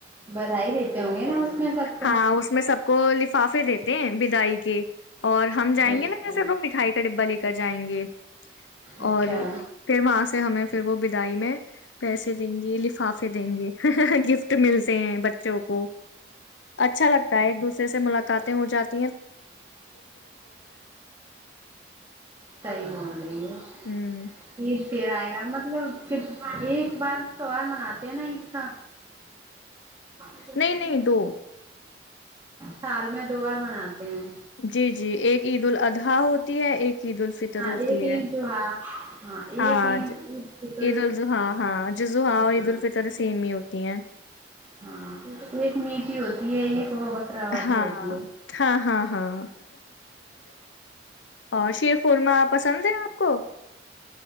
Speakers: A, on the right; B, on the left.
A: بدھائی دیتے ہوں گے نا اس میں سب کو
B: ہاں اس میں سب کو لفافے دیتے ہیں بدائی کے اور ہم جائیں
A: اچھا
B: گے نا جیسے تو مٹھائی کا ڈبا لے کے کر جائیں گے
A: اچھا
B: اور پھر وہاں سے ہمیں پھر وہ بدائی میں پیسے دیں گی لفافے دیں گے ملتے ہیں بچوں کو اچھا لگتا ہے ایک دوسرے سے ملاقات ہو جات
A: صحی بول رہی ہے
B: ہوں
A: عید پھر آئے گا مطلب ایک بار تیوار مناتے ہیں نا عید کا ا س
B: نہیں
A: نانی
B: نہیں
A: کیا
B: دو
A: وال سال میں دو بار مناتے ہیں
B: جی جی ایک عید ال ادھا ہوتی ہے عید الفطر
A: ہاں
B: ہوتی
A: ایک عید
B: ہے
A: جو ہاں ایک
B: ہاں
A: عید عید فطر
B: عید الضحا ہاں جزحا اور عید
A: ہاں
B: الفطر سیم ہی ہوتی تی ہیں
A: ہاں ایک میٹ ہوتی ہے ایک وہ بکرا والی
B: ہاں
A: ہوتی ہے
B: ہاں ہاں ہاں اور شیر خورما پسند ہے آپ کو